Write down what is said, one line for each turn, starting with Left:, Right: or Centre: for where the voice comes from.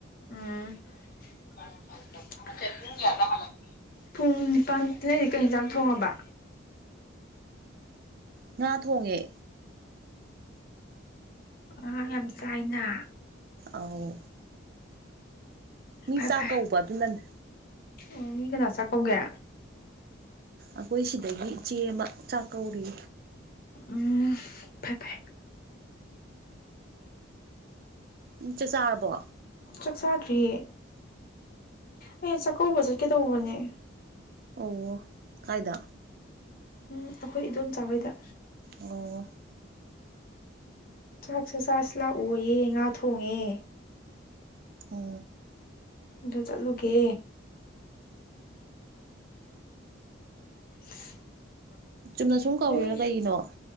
Left: ꯎꯝ <unintelligible> ꯄꯨꯡ ꯅꯤꯄꯥꯟ ꯅꯣꯏꯗꯤ ꯀꯩ ꯍꯤꯟꯖꯥꯡ ꯊꯣꯡꯉꯕ
Right: ꯉꯥ ꯊꯣꯡꯉꯦ
Left: ꯑꯣ ꯉꯥ ꯌꯥꯝ ꯆꯥꯏꯅ
Right: ꯑꯧ ꯃꯤ
Left: ꯐꯔꯦ
Right: ꯆꯥꯛ
Left: ꯐꯔꯦ
Right: ꯀꯧꯕ ꯑꯗꯨꯅꯅꯦ
Left: ꯑꯣ ꯃꯤ ꯀꯅꯥ ꯆꯥꯛ ꯀꯧꯒꯦ
Right: ꯑꯈꯣꯏ ꯁꯤꯗꯒꯤ ꯏꯆꯦ ꯑꯃ ꯆꯥꯛꯀꯧꯔꯤ
Left: ꯎꯝ ꯐꯩ ꯐꯩ
Right: ꯎ ꯆꯥꯛ ꯆꯥꯔꯕ꯭ꯔꯣ
Left: ꯆꯥꯛ ꯆꯥꯗ꯭ꯔꯤꯌꯦ ꯑꯩ ꯆꯥꯛꯀꯧꯕ ꯆꯠꯀꯦ ꯇꯧꯕꯅꯦ
Right: ꯑꯣ ꯀꯥꯏꯗ
Left: ꯎꯝ ꯑꯩꯈꯣꯏ ꯏꯗꯣꯝꯆꯥ ꯍꯣꯢꯗ
Right: ꯑꯣ
Left: ꯆꯥꯛꯁꯨ ꯆꯥꯁꯦ ꯂꯥꯛꯑꯣꯌꯦ ꯉꯥ ꯊꯣꯡꯉꯦ
Right: ꯑꯣ
Left: ꯑꯗꯨ ꯆꯠꯂꯨꯒꯦ <inaudible>
Right: ꯆꯨꯝꯅ ꯁꯨꯝ ꯀꯧꯔꯤꯔꯥ
Left: ꯅꯣꯏ
Right: ꯀꯩꯒꯤꯅꯣ